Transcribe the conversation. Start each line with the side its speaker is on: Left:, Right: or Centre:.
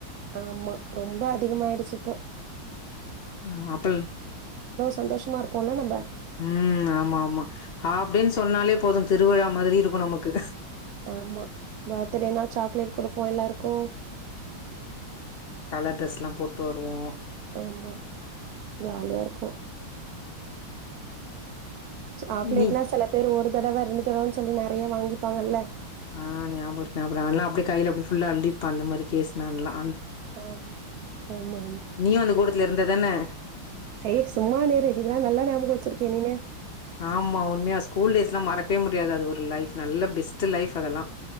Right: ஆமா ரொம்ப அதிகமாயிடுச்சுப்ப
Left: ஆ அப்பள்
Right: சந்தோஷமா இருப்போம்ல நம்ப.
Left: ம் ஆமா ஆமா ஆப்டே சொன்னாலே போதும் திருவிழா மாரி இருக்கும் நமக்கு
Right: ஆமா பர்த்றேனா சாக்லேட் கொடுப்போம் எல்லாருக்கும்
Left: கலர் ட்ரெஸ்லாம் போட்டு வருவோம்
Right: ஆமா ஜாலியா இருக்கும் சாக்லேட்
Left: நீ
Right: எல்லாம் சில பேர் ஒ தடவை இரண்டு தடவனு சொல்லி நெறைய வாங்கிப்பாங்கல்ல
Left: ஆ ஞாபகருக்கு ஞாபகமிருக்கு அதுல அப்டி கையில ஃஉள்ள எழுதிர்ப்போம் அந்தமாரி கேசுலாந்தா
Right: ஆமா ஆமா,
Left: நீயும் அந்த கூட்டத்து இருந் ததான
Right: சரி சும்மானு இரு இதெல்லாம் நல்லா ஞாபகம் வச்சிருக்கியே நீனு
Left: ஆமா உண்மையா ஸ்கூல் <inaudible> முடியாது அது ஒரு லைப் நல்ல பெஸ்ட் லைஃப் அதெல்லாம்